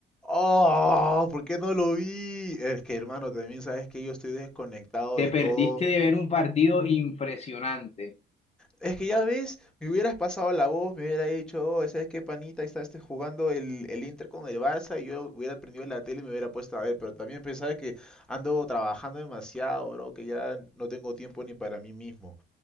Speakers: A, in the centre; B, on the left.
A: Oh, ¿por qué no lo vi? Es que, hermano, también sabes que yo estoy desconectado
B: Te
A: de
B: perdiste
A: todo.
B: de ver un partido impresionante.
A: Es que ya ves, me hubieras pasado la voz, me hubiera dicho, oh, ¿sabes qué, panita? Ahí Está este jugando el, el Inter con el Barça y yo hubiera prendido la tele y me hubiera puesto a ver. Pero también pensaba que ando trabajando demasiado, bro, que ya no tengo tiempo ni para mí mismo.